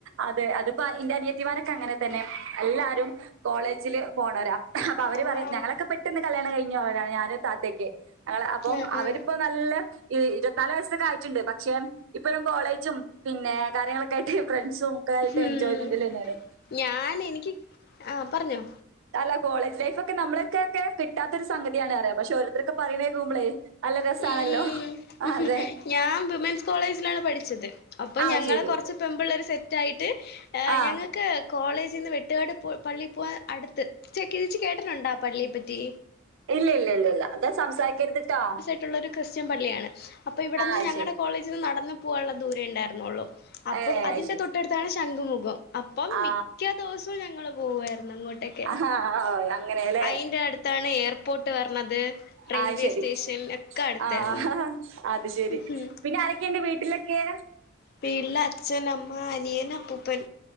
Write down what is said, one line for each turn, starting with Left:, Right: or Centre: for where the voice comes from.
Right: അതെ അതിപ്പ ഇന്റെ അനിയത്തിമാരൊക്കെ അങ്ങനെ തന്നെ എല്ലാരും കോളേജില് പോണോരാ അപ്പൊ അവര്
Left: ആഹ്
Right: പറയും ഞങ്ങളൊക്കെ പെട്ടന്ന് കല്യാണം കഴിഞ്ഞോരാണ് ഞാനും താത്തെക്കെ <unintelligible> അപ്പം
Left: ആഹ്
Right: അവരിപ്പൊ
Left: ആഹ്
Right: നല്ല ഇരുവത്തിനാല് വയസ്സൊക്കെ ആയിട്ട്ണ്ട് പക്ഷെ ഇപ്പഴും കോളേജും പിന്നെ കാര്യങ്ങളൊക്കെ ആയിട്ട് ഫ്രണ്ട്സും ഒക്കെ ആയിട്ട്
Left: ഉം
Right: എൻജോയ്മെന്റിലെന്നെയാണ്.
Left: ഞാൻ എനിക്ക് ആഹ് പറഞ്ഞോ
Right: അല്ല കോളേജ് ലൈഫൊക്കെ നമ്മളക്കൊക്കെ കിട്ടാത്തൊരു സംഗതിയാണ് പറയാ പക്ഷെ ഓരോര്ത്തരൊക്കെ പറേണ കേക്കുമ്പളേ നല്ല രസാണല്ലോ
Left: ഉം
Right: അതെ
Left: ഞാൻ വിമൻസ് കോളേജിലാണ് പഠിച്ചത്. അപ്പം
Right: ആ
Left: ഞങ്ങള്
Right: ശരി
Left: കൊറച്ച് പെമ്പുള്ളേര് സെറ്റായിട്ട്
Right: ആ
Left: ഞങ്ങക്ക് ക്ക് കോളേജിന്ന് വെട്ടുകാട് പള്ളി പോവാൻ അടുത്ത് ചെകെ ചേച്ചി കേട്ടിട്ടുണ്ടോ ആ പള്ളിയെ പറ്റി
Right: ഇല്ല ഇല്ല ഇല്ല ഇല്ല ഇത് സംസാരിക്കര്ത്ട്ടോ
Left: ക്ക്ള്ളൊരു ക്രിസ്ത്യൻ പള്ളിയാണ്. അപ്പൊ ഇവിടുന്ന്
Right: അയ്ശരി
Left: ഞങ്ങടെ കോളേജിന്ന് നടന്നു പോവാനുള്ള ദൂരെ ഇണ്ടായിരൊന്നുള്ളൂ അപ്പം
Right: ഏ
Left: അതിന്റെ
Right: അയ്ശരി
Left: തൊട്ടടുത്താണ് ശംഖുമുഖം അപ്പം
Right: ആ
Left: മിക്ക ദിവസോം ഞങ്ങള് പോവായിരുന്നു അങ്ങോട്ടൊക്കെ
Right: ആഹാ അങ്ങനെല്ലേ
Left: അയ്ന്റെ അട്ത് ത്താണ് എയർപോർട്ട് വരണത് റെയിൽവേ
Right: ആ ശരി
Left: സ്റ്റേഷൻ ഒക്കെ അടുത്തായിരുന്നു
Right: ആ അത് ശെരി.
Left: ഉം
Right: പിന്നെ ആരൊക്കെണ്ട് വീട്ടിലൊക്കെ?
Left: വീട്ടിൽ അച്ഛൻ അമ്മ അനിയൻ അപ്പൂപ്പൻ